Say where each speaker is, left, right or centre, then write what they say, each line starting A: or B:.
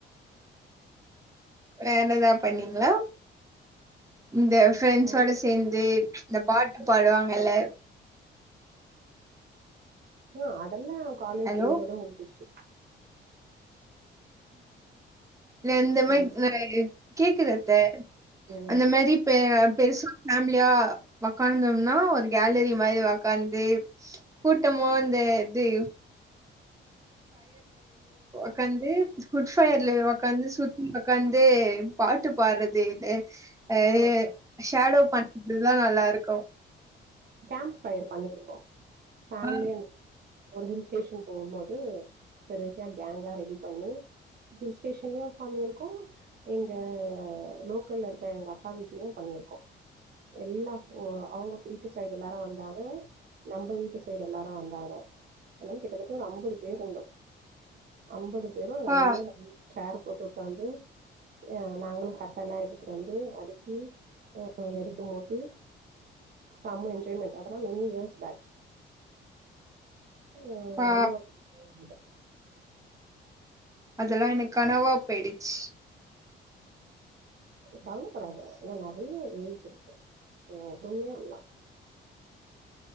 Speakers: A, on the right; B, on the right.
A: வேற ஏதாவது பண்ணீங்களா இந்த ஃபிரெண்ட்ஸ்
B: வேற
A: ஓட சேர்ந்து. இந்த பாட்டு பாடுவாங்கல்ல.
B: ஆ அதெல்லா காலேஜ்
A: ஹலோ
B: டேஸோட முடிஞ்சிச்சு.
A: இஅந்த மாதிரி
B: ம்
A: ந கேக்குது அத்த
B: ம்.
A: அந்த மாரிப்ப. பெருசு ஃபேமிலியா உ்கார்ந்தோம்னா ஒரு கேலரி மாதிரி உ்கார்ந்து கூட்டம். ஆமா அந்த இது. உக்காந்து குட்ஃயர்ல உக்காந்து சுற்றி உக்காந்து பாட்டு பாடுறது இது அ
B: ஆ
A: ஷேடோ பண்றதுதான் நல்லா இருக்கும்.
B: கேம்ப் ஃபயர் பண்ணிருக்கோ ஃபேமிலி
A: ஆ
B: ஒரு ஹில்ஸ். ஸ்டேஷன் போம் போது பெருசா கேங்கா ரெடி பண்ணி. ஹில் ஸ்டேஷன்லயும் பண்ணிருக்கோ இங்க லோக்கல்ல இருக்க எங்க அக்கா வீட்லயும் பண்ணி ருக்கோம் எல்லா ஒ அவங்க வீட்டு சைடு எல்லாரு வந்தாங்க நம்ப வீட்டு சைடு எல்லாரு வந்தாங்க அதனால கிட்டத்தட்ட ஒரு அம்பது பேரு இருந்தோ அம்பது பேரும்
A: அப்பா
B: <unintelligible> சேர் போட்டு உக்காந்து ஆ நாங்களும் கட்டலா எடுத்துட்டு வந்து அடுக்கி ஆ நெருப்பு மூட்டி செம்ம என்ஜாய்மெண்ட் அதலா மெனி இயர்ஸ் பேக் ம்
A: பா
B: நல்ல ஒரு என்ஜாய்மெண்ட்
A: அதெல்லா எனக்கனவா போயிடுச்சு
B: கவலப்படாத இனும் நெறைய ஏஜ் இருக்கு சோ <inaudible>